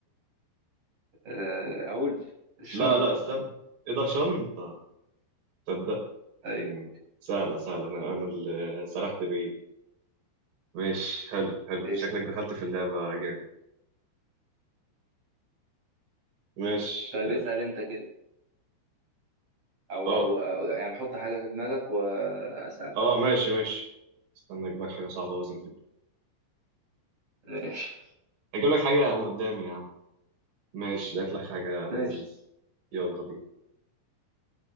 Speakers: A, on the right; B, on the right.
A: آه، أقول الشنطة
B: لا لا استنى ايه ده شنطة تصدق
A: أيوة
B: مم. سهلة سهلة انا أنا اللي سرحت بعيد ماشي حلو حلو
A: قشطة
B: شكلك دخلت في اللعبة جامد ماشي
A: طيب اسأل أنت كده أو
B: اه
A: أو أو يعني حط حاجة في دماغك وأسأل
B: اه آه، ماشي ماشي استنى اجيب لك حاجة صعبة لازم دي
A: ماشي
B: اجيب لك حاجة من قدامي يا عم ماشي لقيت لك حاجة
A: ماشي
B: لذيذة يلا بينا